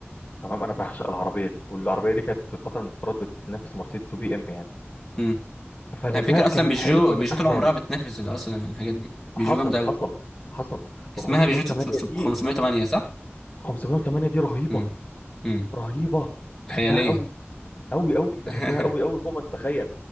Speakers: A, on the left; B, in the centre.
A: تمام انا بعشق العربيه دي والعربيه دي كانت في فتره من الفترات بتنافس مرسيدس وبي ام يعني
B: مم.
A: فانا
B: على
A: ده
B: فكره اصلا
A: كان
B: بيجو
A: حلم من
B: بيجو
A: احلامي
B: طول عمرها بتنافس ال- اصلا الحاجات دي بيجو
A: حصل
B: جامده قوي
A: حصل حصل
B: اسمها
A: وال 508
B: بيجو س- س-
A: دي
B: 508 صح
A: 508 دي رهيبه
B: مم. مم.
A: رهيبه بحبها
B: خياليه
A: قوي قوي قوي
B: <laughs>
A: بحبها قوي قوي فوق ما تتخيل